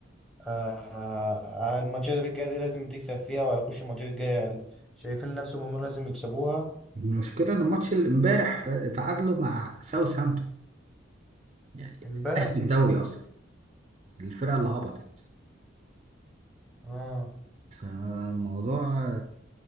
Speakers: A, in the centre; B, on the right.
A: آه، الماتشات الجاية دي لازم تكسب فيها وهيخش الماتشات الجاية شايفين نفسهم هم لازم يكسبوها
B: المشكله ان الماتش اللي امبارح آه، تعادلوا مع ساوثهامبتون يعني
A: امبارح
B: اهل الدوري اصلا الفرقه اللي هبطت
A: اه
B: فالموضوع